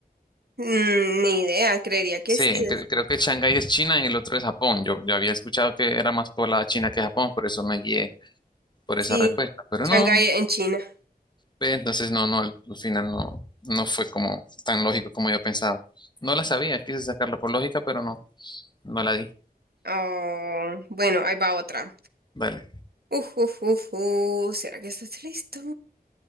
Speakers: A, on the right; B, on the left.
A: Mm, ni idea, creería que
B: Sí,
A: sí.
B: cre- creo que Shanghái es China y el otro es Japón. Yo, yo había escuchado que era más poblada China que Japón, por eso me guié por
A: Sí,
B: esa respuesta. Pero
A: Shanghái
B: no,
A: en China.
B: Ve, Entonces, no, no, al, al final no, no fue como tan lógico como yo pensaba. No la sabía, quise sacarla por lógica, pero no, no la di.
A: Oh, bueno, ahí va otra.
B: Dale,
A: Uf, uf, uf, uf. ¿Será que estás listo?